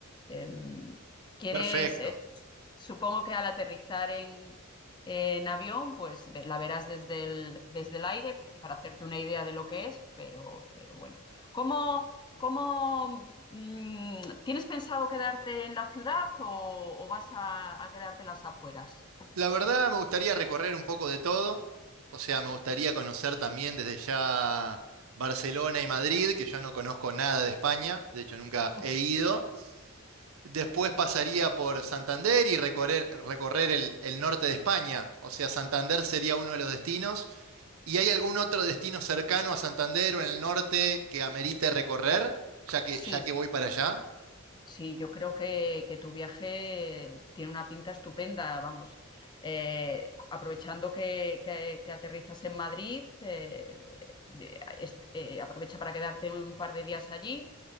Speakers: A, on the left; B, on the right.
A: Em, ¿quieres,
B: Perfecto.
A: eh, Supongo que al aterrizar en, en avión, pues ve- la verás desde el, desde el aire para hacerte una idea de lo que es, pero, pero bueno. ¿Cómo, cómo, mm, tienes pensado quedarte en la ciudad o, o vas a, a quedarte en las afueras?
B: La verdad, me gustaría recorrer un poco de todo. O sea, me gustaría conocer también desde ya Barcelona y Madrid, que yo no conozco nada de España, de hecho nunca
A: Ujú.
B: he ido. Después pasaría por Santander y recorrer, recorrer el el norte de España. O sea, Santander sería uno de los destinos. ¿Y hay algún otro destino cercano a Santander o en el norte que amerite recorrer, ya que,
A: Sí,
B: ya que voy para allá?
A: Sí, yo creo que, que tu viaje tiene una pinta estupenda, vamos. Eh, aprovechando que, que- que aterrizas en Madrid, eh, eh, de- est- eh, aprovecha para quedarte un par de días allí,